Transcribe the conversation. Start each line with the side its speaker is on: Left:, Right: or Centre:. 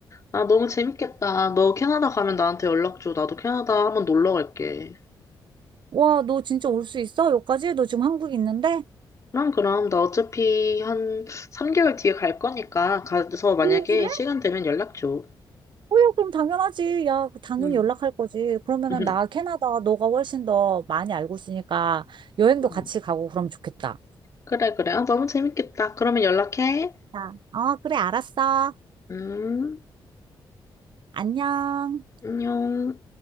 Left: 아, 너무 재밌겠다. 너 캐나다 가면 나한테 연락 줘. 나도 캐나다 한번 놀러 갈게.
Right: 와, 너 진짜 올 수 있어? 여기까지? 너 지금 한국에 있는데?
Left: 그럼, 그럼. 나 어차피 한 3개월 뒤에 갈 거니까 가서 만약에
Right: 오, 그래?
Left: 시간 되면 연락 줘.
Right: 어, 야, 그럼 당연하지. 야, 당연히
Left: 음.
Right: 연락할 거지. 그러면은
Left: <laughs>
Right: 나 캐나다 너가 훨씬 더 많이 알고 있으니까 여행도
Left: 음.
Right: 같이 가고 그러면 좋겠다.
Left: 그래, 그래. 아, 너무 재밌겠다. 그러면 연락해.
Right: 아, 어, 그래, 알았어.
Left: 음,
Right: 안녕.
Left: 안녕.